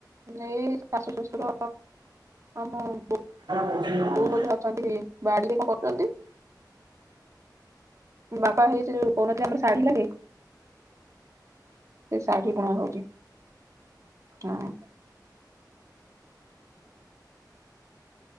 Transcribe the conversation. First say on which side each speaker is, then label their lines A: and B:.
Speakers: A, on the right; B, on the right.
A: ଏଇ ଶାଶୁ ଶ୍ୱଶୁର ଆମ ବୋଉମଧ୍ୟ
B: ହଁ ହଁ ହଁ।
A: ଅଛନ୍ତି ବାଡିରେ କଣ କରୁଛନ୍ତି। ବାପା ହେଇ କହୁନଥିଲି ଆମର ସାଢ଼ି ଲାଗି। ସେ ସାଢ଼ି ଗାଁକୁ ଯିବ। ହଁ